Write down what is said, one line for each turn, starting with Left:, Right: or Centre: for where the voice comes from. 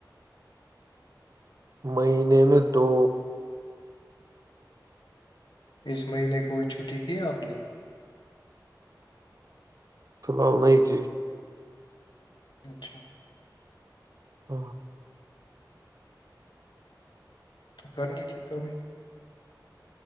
Right: مہینے میں دو
Left: اس مہینے کوئی چھٹی کی آپ نے
Right: فی الحال نئی ک
Left: اچھا
Right: ہ
Left: تو کرنی تھی کبھی